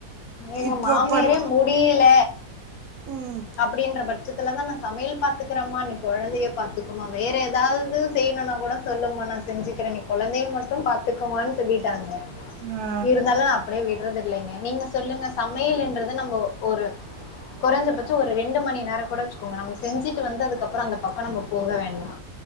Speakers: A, on the left (about 75°); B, on the right (about 75°).
A: எங்க
B: இப்போ
A: மாமியாரே
B: பண்
A: முடில
B: ம்
A: அப்டின்ற பட்சத்துலதா நா சமையல் பாத்துக்றம நீ கொழந்தைய பாத்துக்கோமா வேற ஏதாவது செய்யணுனா கூட சொல்லுமா நா செஞ்சுக்ற நீ கொழந்தையை மட்டு பாத்துக்கோமான்னு சொல்லிட்டாங்க
B: ஆ
A: இருந்தாலு நா அப்டியே விட் நீங்க சொல்லுங்க சமையல்ன்றது நம்ம ஒரு கொறஞ்ச பட்சோ ஒரு ரெண்டு மணி நேரொ கூட வச்சுக்கோங்க நம்ம செஞ்சுட்டு வந்துதது அப்ரோ அந்த பக்கோ நம்ம போக வேண்டா